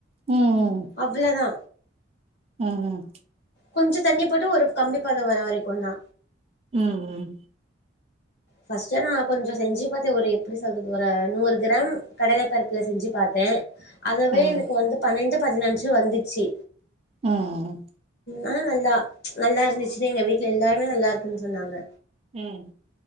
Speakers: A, on the right (about 30°); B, on the left (about 50°).
A: ம்
B: அவ்வளோதா
A: ம்
B: கொஞ்சோ தண்ணி போட்டு ஒரு கம்பி பதோ வர வரைக்கு தா
A: ம் ம்
B: ஃபஸ்ட்டு நா கொஞ்சோ செஞ்சு பாத் ஒரு எப்டி சொல்றது ஒரு நூறு கிராம் கடல பருப்புல செஞ்சு பாத்த அதவே
A: ம்
B: எனக்கு வந்து பன்னெண்டு பதினஞ்சு வந்துச்சு
A: ம்
B: ஆனா நல்லா நல்லா இருந்துச்சுன்னு எங்க வீட்ல எல்லாருமே நல்லா இருக்குன் சொன்னாங்க
A: ம்